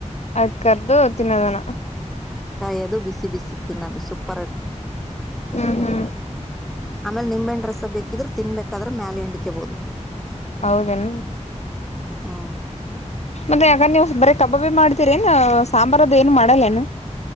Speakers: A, on the left; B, in the centre.
A: ಆಯ್ತ್ ಕರ್ದು ತಿನ್ನೋದನ.
B: ಕಾಯದು ಬಿಸಿ ಬಿಸಿ. ತಿನ್ನೋದು ಸೂಪರ್ ಇರ್ತದೆ
A: ಹ್ಮ್ ಹ್ಮ್
B: ಆಮೇಲೆ ನಿಂಬೆಣ ರಸ ಬೇಕಿದ್ರೆ. ತಿನ್ಬೇಕಾದ್ರೆ ಮೇಲೆ ಎಂಡಿಕೆಬಹದು.
A: ಹೌದಣ.
B: ಹ್ಮ
A: ಮತ್ತೆ ಯಗ ನೀವು ಬರ ಕಬಾಬಿ ಮಾಡ್ತೀರಿನ ಸಾಂಬಾರದ ಏನು ಮಾಡಲ್ಲೇನು.